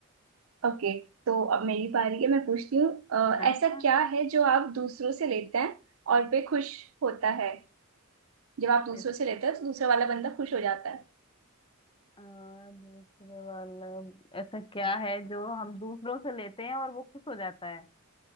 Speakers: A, on the right; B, on the left.
A: ओके तो अब मेरी बारी है मैं पूछती हूँ अ,
B: हाँ
A: ऐसा
B: हाँ
A: क्या है जो आप दूसरों से लेते हैं और पे खुश होता है जब आप दूसरों
B: इस-
A: से लेते हो तो दूसरा वाला बंदा खुश हो जाता है
B: आ, दूसरे वाला ऐसा क्या है जो हम दूसरों से लेते हैं और वो खुश हो जाता है